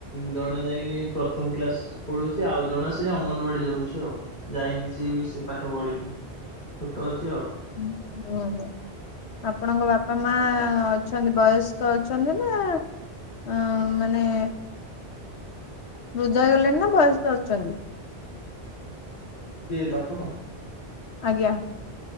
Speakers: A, on the left; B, on the left.
A: ଜଣେ ଯାଇକି ପ୍ରଥମ କ୍ଲାସ୍ ପଢୁଛି ଆଉ ଜଣେ ସେ ଅଙ୍ଗନବାଡି ଯାଉଛି ଆଉ ଯାଇନି ସିଏ ବି ସେ ପାଠ ପଢିନି। ଛୋଟ ଅଛି ଆଉ।
B: ହୁଁ ଓ ହୋ ଆପଣଙ୍କ ବାପା ମା ଅଛନ୍ତି ବୟସ ବୟସ୍କ ଅଛନ୍ତି ନା ଆ ମାନେ ବୃଦ୍ଧ ହେଇଗଲେଣି ନା ବୟସ୍କ ଅଛନ୍ତି?
A: କିଏ ବାପା ମା?
B: ଆଜ୍ଞା।